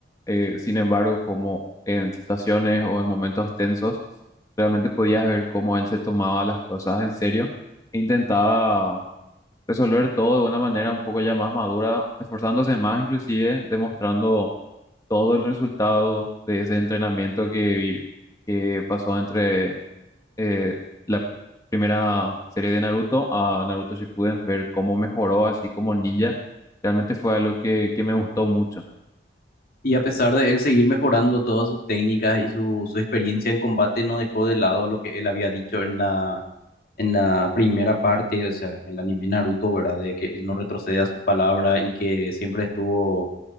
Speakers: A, on the left; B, on the left.
A: Eh, sin embargo, como en situaciones o en momentos tensos, realmente podías ver cómo él se tomaba las cosas en serio e intentaba resolver todo de una manera un poco ya más madura, esforzándose más inclusive, demostrando todo el resultado de ese entrenamiento que, vi- que pasó entre eh, la primera serie de Naruto a Naruto Shippuden, ver cómo mejoró así como ninja, realmente fue algo que que me gustó mucho.
B: Y a pesar de él seguir mejorando todas sus técnicas y su, su experiencia en combate, no dejó de lado lo que él había dicho en la, en la primera parte, o sea, en el anime Naruto, ¿verdad? De que él no retrocede a su palabra y que siempre estuvo